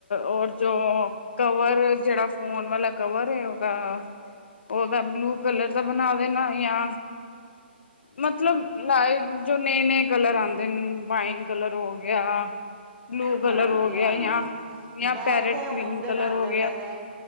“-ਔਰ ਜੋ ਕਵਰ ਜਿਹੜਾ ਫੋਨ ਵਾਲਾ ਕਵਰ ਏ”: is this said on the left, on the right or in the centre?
Left